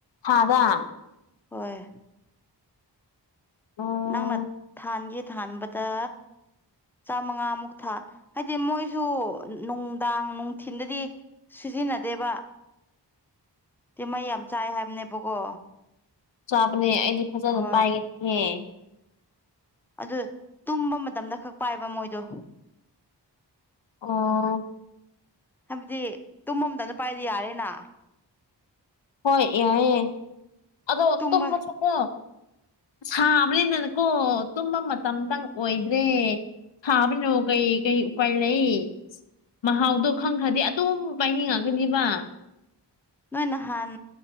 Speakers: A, on the left; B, in the centre.
A: ꯍꯗ
B: ꯍꯣꯏ
A: ꯑꯣ
B: ꯅꯪꯅ ꯊꯥꯟꯒꯦ ꯊꯥꯟꯕꯗ ꯆꯥꯃꯉꯥꯃꯨꯛ ꯊꯥ ꯍꯥꯏꯗꯤ ꯃꯣꯏꯁꯨ ꯅꯨꯡꯗꯥꯡ ꯅꯨꯡꯊꯤꯟꯗꯗꯤ ꯁꯤꯖꯤꯟꯅꯗꯦꯕ
A: <unintelligible>
B: ꯇ ꯃꯩ ꯌꯥꯝ ꯆꯥꯏ ꯍꯥꯏꯕꯅꯦꯕꯀꯣ
A: ꯆꯥꯕꯅꯦ ꯑꯩꯗꯤ ꯐꯖꯅ
B: ꯍꯣꯏ
A: ꯄꯥꯏꯒꯦ
B: ꯑꯗꯨ ꯇꯨꯝꯕ ꯃꯇꯝꯗ ꯈꯛ ꯄꯥꯏꯕ ꯃꯣꯏꯗꯣ
A: ꯑꯣ
B: ꯍꯥꯏꯕꯗꯤ ꯇꯨꯝꯃꯝꯗꯅ ꯄꯥꯏꯗꯤ ꯌꯥꯔꯦꯅ
A: ꯍꯣꯏ ꯌꯥꯏꯑꯦ ꯑꯗꯣ
B: ꯇꯨꯝꯕ
A: ꯇꯨꯝꯕꯁꯨꯀꯣ ꯁꯥꯕꯅꯤꯅꯅꯀꯣ ꯇꯨꯝꯕ ꯃꯇꯝꯇꯪ ꯑꯣꯏꯗ꯭ꯔꯦ ꯍꯥꯥꯕꯅ ꯀꯩ ꯀꯩ ꯎꯔ ꯂꯩ ꯃꯍꯥꯎꯗꯣ ꯈꯪꯈ꯭ꯔꯗꯤ ꯑꯗꯨꯝ ꯄꯥꯏꯅꯤꯡꯉꯒꯅꯦꯕ
B: ꯅꯣꯏ ꯅꯍꯥꯟ